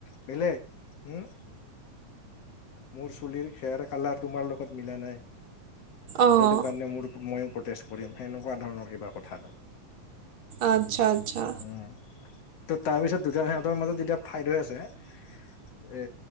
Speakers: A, on the left (about 55°); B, on the right (about 60°).
A: বেলেগ, উম্। মোৰ চুলিৰ হেয়াৰ কালাৰ তোমাৰ লগত মিলা নাই।
B: অঁ
A: সেইটো কাৰণে মোৰ ময়ো প্ৰটেষ্ট কৰিম, সেনেকুৱা ধৰণৰ কিবা কথা।
B: আচ্ছা, আচ্ছা।
A: উম, ত' তাৰপিছত দুটা সিহঁতৰ মাজত যেতিয়া ফাইট হৈ আছে। এ